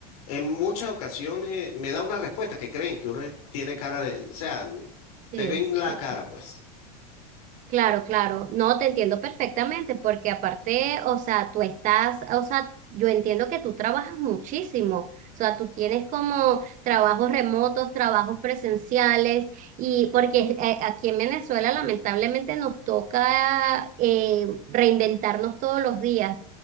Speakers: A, on the left (about 75°); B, on the right (about 40°).
A: en muchas ocasiones me da una respuesta que creen que uno tiene cara de, o sea,
B: Sí.
A: te ven la
B: sí.
A: cara, pues.
B: Claro, claro, no te entiendo perfectamente porque aparte, o sea, tú estás, o sea, yo entiendo que tú trabajas muchísimo, o sea, tú tienes como trabajos remotos, trabajos presenciales y porque eh, aquí en Venezuela lamentablemente nos toca eh, reinventarnos todos los días.